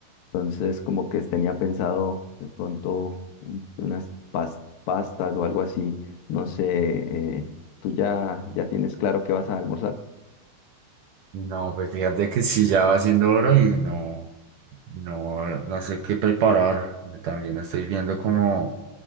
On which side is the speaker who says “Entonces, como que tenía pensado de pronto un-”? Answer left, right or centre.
Left